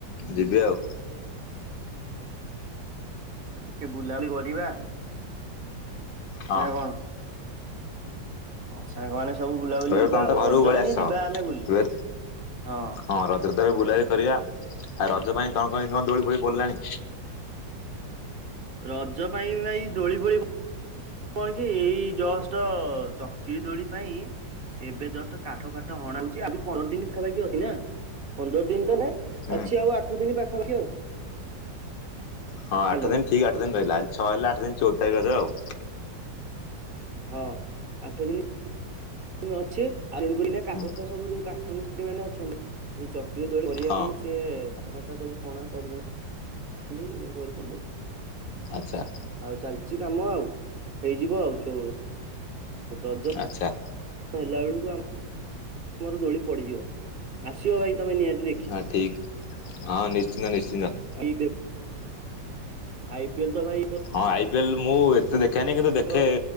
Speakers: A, on the left; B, on the right.
A: ଯିବି ଆଉ।
B: ଟିକେ ବୁଲାବୁଲି କରିବା
A: ହଁ
B: ନା କଣ। ହଁ ସାଙ୍ଗମାନେ ସବୁ ବୁଲାବୁଲି
A: ରଜ
B: ଯିବା
A: ତମେ
B: ଆଉ
A: ତ ଘରକୁ
B: ରଜରେ
A: ପଳେଇ ଆସ
B: ହିଁ ଯିବା ଆମେ ବୁଲି?
A: ଏବେ
B: ହଁ।
A: ହଁ ରଜରେ ତେବେ ବୁଲାବୁଲି କରିବା। ଆଉ ରଜ ପାଇଁ ତମେ କଣ ଦୋଳି ଫୋଳି ପଡ଼ିଲାଣି?
B: ରଜ ପାଇଁ ଭାଇ ଦୋଳି ଫୋଳି କଣ କି ଏଇ ଜଷ୍ଟ୍ ଚକିରି ଦୋଳି ପାଇଁ ଏବେ ଜଷ୍ଟ୍ କାଠ ଫାଠ ହଣା ହଉଛି ଆହୁରି ପନ୍ଦର ଦିନ ପାଖାପାଖି ଅଛି ନା। ପନ୍ଦର ଦିନ ତ ନାଇଁ
A: ହୁଁ
B: ଅଛି ଆଉ ଆଠ ଦିନ ପାଖାପାଖି ଆଉ।
A: ହଁ
B: ହ୍ୟାଲୋ
A: ଆଠ ଦିନ ଠିକ ଆଠ ଦିନ ରହିଲ ଆ ଛଅ ହେଲା ଆଠ ଦ ଚଉଦ ତାରିଖ ଆରେ ଆଉ।
B: ହଁ ଆଠ ଦିନ ଅଛି। ଆଉ କାଠା
A: ହୁଁ
B: ସବୁ ଯୋଉ କାଠ ମିସ୍ତ୍ରୀ ମାନେ ଅଛନ୍ତି ସେ ଚାକ୍ରି ଦୋଳି କରିବା
A: ହଁ
B: ପାଇଁ ସିଏ କାଠ ଫାଟ ସବୁ କଣା କରୁଛନ୍ତି ଇଏ କରୁଛନ୍ତି।
A: ଆଛା।
B: ଆଉ ଚାଲିଛି କାମ ଆଉ ହେଇଯିବ ଆଉ ଯୋ ଦଜ
A: ଆଚ୍ଛା।
B: ହେଲା ବେଳକୁ ଆମ ତମର ଦୋଳି ପଡିଯିବ ଆସିବ ଭାଇ ତମେ ନିହାତି ଦେଖ
A: ହଁ ଠିକ୍ ହଁ ନିଶ୍ଚିନ୍ତ ନିଶ୍ଚିନ୍ତ।
B: <unintelligible> ଆଇପିଏଲ ତ ଭାଇ ଏଇଥର
A: ହଁ ଆଇ ପି ଏଲ୍ ମୁଁ ଏତେ ଦେଖେନି କିନ୍ତୁ
B: ଏଥର
A: ଦେଖେ